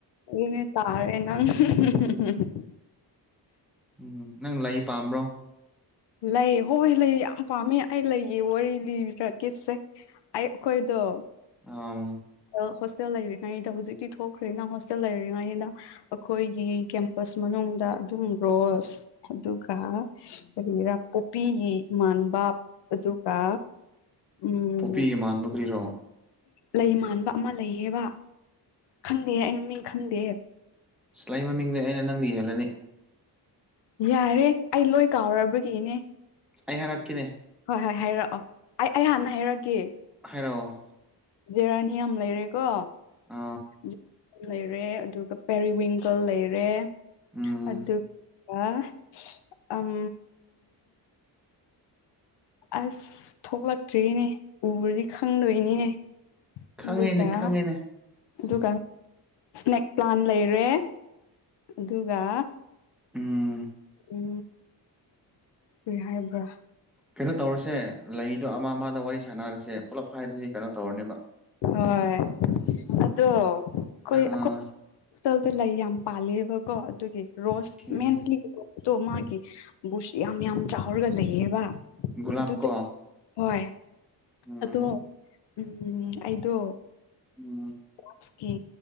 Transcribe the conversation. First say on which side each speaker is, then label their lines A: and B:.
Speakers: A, on the left (about 75°); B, in the centre.
A: ꯑꯗꯨꯅꯦ ꯇꯥꯔꯦ ꯅꯪ <unintelligible>
B: ꯎꯝ ꯅꯪ ꯂꯩ ꯄꯥꯝꯕ꯭ꯔꯣ
A: ꯂꯩ ꯍꯣꯏ ꯂꯩ ꯌꯥꯝ ꯄꯥꯝꯃꯦ ꯑꯩ ꯂꯩꯒꯤ ꯋꯥꯔꯤ ꯂꯤꯕꯤꯔꯛꯀꯦꯁꯦ ꯑꯩ ꯑꯈꯣꯏꯗ‌ꯣ
B: ꯑꯥꯝ
A: ꯑꯗꯣ ꯍꯣꯁꯇꯦꯜ ꯂꯩꯔꯤꯉꯩꯗ ꯍꯧꯖꯤꯛꯇꯤ ꯊꯣꯛꯈ꯭ꯔꯦꯅ ꯍꯣꯁꯇꯦꯜ ꯂꯩꯔꯤꯉꯩꯗ ꯑꯈꯣꯏꯒꯤ ꯀꯦꯝꯄꯁ ꯃꯅꯨꯡꯗ ꯑꯗꯨꯝ ꯔꯣꯁ ꯑꯗꯨꯒ ꯀꯔꯤꯔꯥ ꯄꯣꯞꯄꯤꯒꯤ ꯃꯥꯟꯕ ꯑꯗꯨꯒ ꯎꯝ
B: ꯄꯣꯄꯤꯒꯤ ꯃꯥꯟꯕ ꯀꯩꯔꯣ
A: ꯂꯩ ꯃꯥꯟꯕ ꯑꯃ ꯂꯩꯌꯦꯕ ꯈꯪꯗꯦ ꯑꯩ ꯃꯃꯤꯡ ꯈꯪꯗꯦ
B: ꯏꯁ ꯂꯩ ꯃꯃꯤꯡꯗꯤ ꯑꯩꯅ ꯅꯪꯗꯩ ꯍ‌ꯦꯜꯂꯅꯤ
A: ꯌꯥꯔꯦ ꯑꯩ ꯂꯣꯏ ꯀꯥꯎꯔꯕꯒꯤꯅꯦ
B: ꯑꯩ ꯍꯥꯏꯔꯛꯀꯦꯅꯦ
A: ꯍꯣꯏ ꯍꯣꯏ ꯍꯥꯏꯔꯛꯑꯣ ꯑꯩ ꯑꯩ ꯍꯥꯟꯅ ꯍꯥꯏꯔꯛꯀꯦ
B: ꯍꯥꯏꯔ‌ꯣ
A: ꯖꯦꯔꯥꯅꯤꯌꯝ ꯂꯩꯔꯦꯀꯣ
B: ꯑ
A: ꯖ‌ꯦ ꯂꯩꯔꯦ ꯑꯗꯨꯒ ꯄꯦꯔꯤ ꯋꯤꯡꯒꯜ ꯂꯩꯔꯦ
B: ꯎꯝ
A: ꯑꯗꯨ ꯒ ꯑꯝ ꯑꯁ ꯊꯣꯛꯂꯛꯇ꯭ꯔ‌ꯦꯅꯦ ꯎꯔꯗꯤ ꯈꯪꯗꯣꯏꯅꯤꯅꯦ
B: ꯈꯪꯉꯦꯅꯦ
A: ꯑꯗꯨꯒ
B: ꯈꯪꯉꯦꯅꯦ
A: ꯑꯗꯨꯒ ꯏꯁꯅꯦꯛ ꯄ꯭ꯂꯥꯟ ꯂꯩꯔꯦ ꯑꯗꯨꯒ
B: ꯎꯝ
A: ꯎ ꯎꯝ ꯍꯥꯏꯕ꯭ꯔ
B: ꯀꯩꯅꯣ ꯇꯧꯔꯁꯦ ꯂꯩꯗꯣ ꯑꯃ ꯑꯃꯗ ꯋꯥꯔꯤ ꯁꯥꯟꯅꯔꯁꯦ ꯄꯨꯂꯞ ꯍꯥꯏꯔꯗꯤ ꯀꯩꯅꯣ ꯇꯧꯔꯅꯦꯕ
A: ꯍꯣꯏ ꯑꯗꯣ ꯑꯈꯣꯏ
B: ꯑ
A: ꯑꯈꯣꯏ ꯁ꯭ꯇꯜꯗ ꯂꯩ ꯌꯥꯝ ꯄꯥꯜꯂꯦꯕꯀꯣ ꯑꯗꯨꯒꯤ ꯔꯣꯁ
B: ꯀꯦ-
A: ꯃꯦꯟꯂꯤ ꯔꯣꯁꯇꯣ ꯃꯥꯒꯤ ꯕꯨꯁ ꯌꯥꯝ ꯌꯥꯝ ꯆꯥꯎꯔꯒ ꯂꯩꯌꯦꯕ
B: ꯨꯂꯞ
A: ꯑꯗꯨꯗ
B: ꯀꯣ
A: ꯍꯣꯏ
B: ꯎꯝ
A: ꯑꯗꯣ ꯎꯝ ꯑꯩꯗꯣ
B: ꯎꯝ
A: <unintelligible> ꯀꯤ